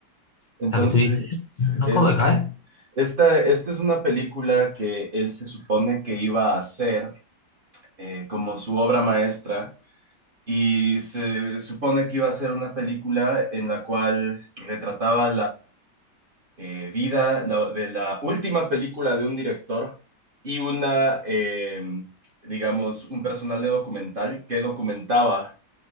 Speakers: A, on the right; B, on the left.
A: entonces,
B: la que tú dices, no
A: es,
B: acabo de caer.
A: esta, esta es una película que él se supone que iba a hacer eh, como su obra maestra y se supone que iba a ser una película en la cual retrataba eh, vida la- de la última película de un director y una, eh, digamos, un personal de documental que documentaba